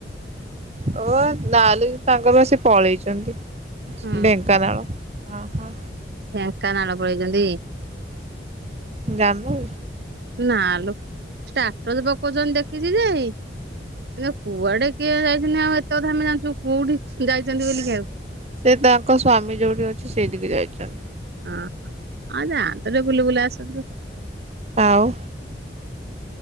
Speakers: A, on the right; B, on the right.
A: ଓ ନହେଲେ ତାଙ୍କର ସେ ପଳେଇଛନ୍ତି।
B: ହୁଁ
A: ଢେଙ୍କାନାଳ ଓ ହୋ।
B: ଢେଙ୍କାନନାଳ ପଳେଇଛନ୍ତି।
A: ଯାଣିଲ
B: ନା ଲୋ ସ୍ଟାଟସ ପକଉଛନ୍ତି ଦେଖିଛି ଯେ ହେଲେ କୁଆଡେ କିଏ ଯାଇଛନ୍ତି ଆଉ ଏତ କଥା ଆମେ ଜା ତୁ କୋଉଠି ଯାଇଛନ୍ତି
A: ସେ
B: ବୋଲିକି ଆଉ
A: ତାଙ୍କ ସ୍ଵାମୀ ଯୋଉଠି ଅଛି ସେଇଠିକି ଯାଇଛନ୍ତି।
B: ଅ ହଁ ହଁ ଯାଆନ୍ତୁ ତରେ ବୁଲା ବୁଲି କରି ଆସନ୍ତୁ।
A: ଆଉ।